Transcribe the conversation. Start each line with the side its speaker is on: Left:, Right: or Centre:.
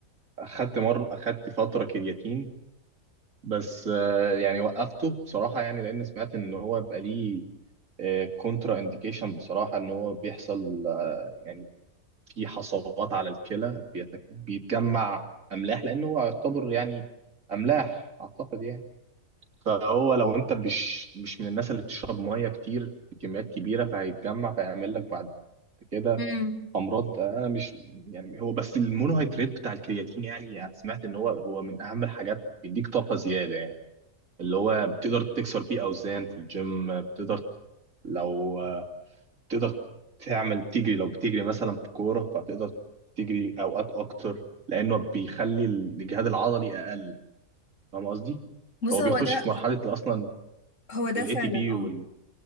Right: آه، اخدت مر اخدت فترة كرياتين بس آه، يعني وقفته بصراحة يعني لان سمعت ان هو بقى ليه كونترا انديكيشن بصراحة ان هو بيحصل آه، يعني في حصوات على الكلى بيتك- بيتجمع املاح لانه هو يعتبر يعني املاح اعتقد يعني فهو لو انت مش مش من الناس اللي بتشرب ميه كتير بكميات كبيره فهيتجمع فيعمل لك بعد كده
Left: امم
Right: امراض انا مش يعني هو بس المونوهيدرات بتاع الكرياتين يعني سمعت ان هو هو من اهم الحاجات بيديك طاقه زياده يعني اللي هو بتقدر تكسر بيه اوزان في الجيم بتقدر لو تقدر تعمل تجري لو بتجري مثلا في كورة فتقدر تجري أوقات أكتر لأنه بيخلي الإجهاد العضلي أقل فاهم قصدي؟
Left: بص
Right: هو
Left: هو
Right: بيخش
Left: ده
Right: في مرحلة أصلا
Left: هو ده
Right: ال
Left: فعلا
Right: ATP
Left: اه
Right: وال